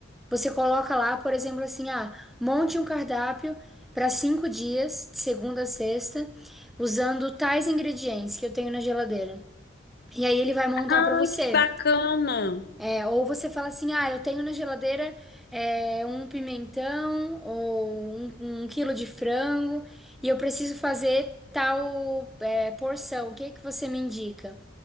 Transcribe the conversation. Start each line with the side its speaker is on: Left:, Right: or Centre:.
Centre: Você coloca lá, por exemplo, assim, ah, monte um cardápio para cinco dias, de segunda a sexta, usando tais ingredientes que eu tenho na geladeira. E aí ele vai montar
Left: Ai,
Centre: para você.
Left: que bacana!
Centre: É, ou você fala assim, ah, eu tenho na geladeira é, um pimentão ou um, um quilo de frango e eu preciso fazer tal é, porção. O que é que você me indica?